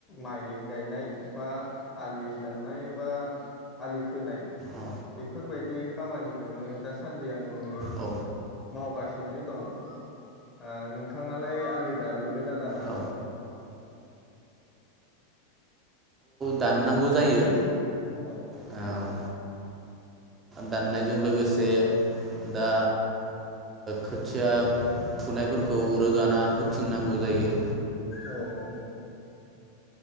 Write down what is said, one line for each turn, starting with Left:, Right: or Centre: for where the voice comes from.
Left: माइ गायनाय बा आलि दाननाय बा आलि खोनाय
Right: औ
Left: बेफोरबायदि खामानिखौनो दासान्दि आङो
Right: औ
Left: मावगासिनो दं ओ नोंथाङालाय आलि दानगोन आरो दाना
Right: औ दाननांगौ जायो
Left: औ
Right: औ दाननायजों लोगोसे दा खोथिया ओ फुनायफोरखौ रोगाना होथिंनांगौ जायो
Left: औ औ